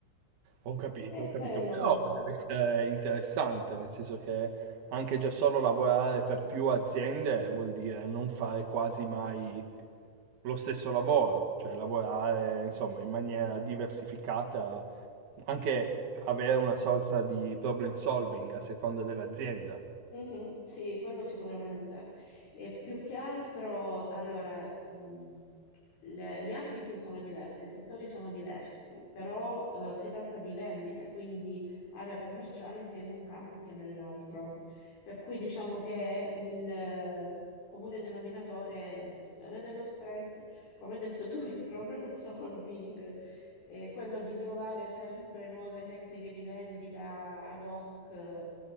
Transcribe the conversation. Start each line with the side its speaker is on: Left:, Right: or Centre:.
Right: Ho capito,
Left: E
Right: ho capito,
Left: quello,
Right: però deve essere interessante, nel senso che anche già solo lavorare per più aziende vuol dire non fare quasi mai lo stesso lavoro, cioè lavorare, insomma, in maniera diversificata, anche avere una sorta di problem solving a seconda dell'azienda.
Left: Mhm, sì, quello sicuramente. E più che altro, allora, mh, le- gli ambiti sono diversi, i settori sono diversi, però eh, si tratta di vendite, quindi area commerciale sia in un campo che nell'altro. Per cui diciamo che il eh, comune denominatore è la gestione dello stress, come hai detto tu, il problem solving, eh, quello di trovare sempre nuove tecniche di vendita ad hoc.